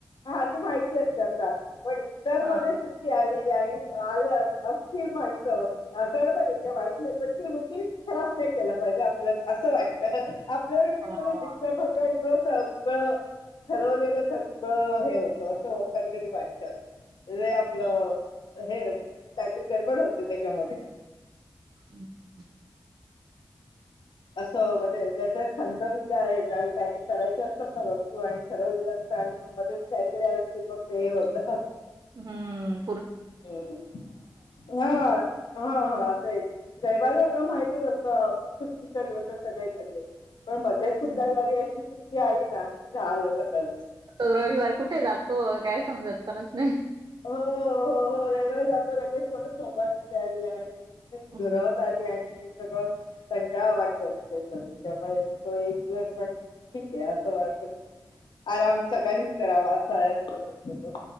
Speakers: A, on the left; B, on the right.
A: हा ते माहिती असते आपला पण इतर मध्ये
B: हां,
A: सुट्टी आली आणि आ असतील माणस सर वाईट नाही पण सुट्टी खराब नाही केलं पाहिजे. आप अस वाटत आपल्या रुटीन
B: हां.
A: मग डिस्टर्ब सगळं ठरवलेलं सगळं हे होत असं कधी कधी वाटत हे आपलं हे काहीतरी गडबड होते त्याच्यामध्ये
B: हम्म
A: असं म्हणजे ज्याच्या छंद बिंद आहेत आणि त्याॅक करायचे असतात ना वस्तू आणि ठरवलेल्या अस आणि मग मध्येच काहीतरी आलं की मग ते हे होत
B: हम्म
A: हम् हा हा हा तेयच रविवारी आपला माहितच असं सुट्टीचा दिवस सगळे घरी पण मध्येच कुठल्या
B: हं,
A: जारी अशी सुट्टी आली ना की झालं सकाळ
B: रविवार कुठे जातो काय समजात न
A: हो हो हो हो रविवारी जातो <unintelligible> सोमवारची तयारी आहे आणि
B: हं.
A: गर्वात आली आणि सगळं कंटाळ वाटतो अक्षरशः त्याच्यामुळे, तो एक दिवस पण ठीक आहे असं वाटत आराम सगळ्यांनीच करावा असा दिवस असतो तो.